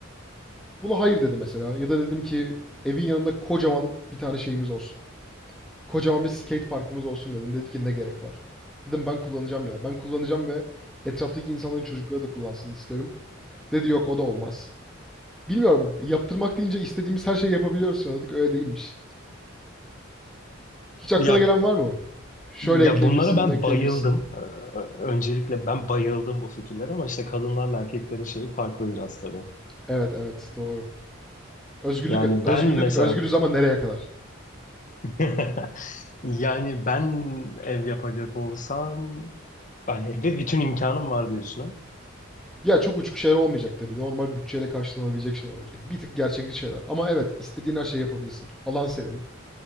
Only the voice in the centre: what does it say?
Buna hayır dedi mesela. Ya da dedim ki evin yanında kocaman bir tane şeyimiz olsun. Kocaman bir skate parkımız olsun dedim. Dedi ki ne gerek var? Dedim ben kullanacağım ya. Ben kullanacağım ve etraftaki insanların çocukları da kullansın istiyorum. Dedi yok o da olmaz. Bilmiyorum yaptırmak deyince istediğimiz her şeyi yapabiliyoruz sanıyorduk. Öyle değilmiş. Hiç aklına
gelen var mı? Şöyle
ekleyebilirsin,
bunu ekleyebilirsin.
Evet evet doğru. Özgürlük
özgürlük
özgürüz ama nereye kadar?
Ya çok uçuk şeyler olmayacak tabii. Normal bütçeyle karşılanabilecek şeyler olacak. Bir tık gerçekçi şeyler. Ama evet istediğin her şeyi yapabilirsin. Alan senin,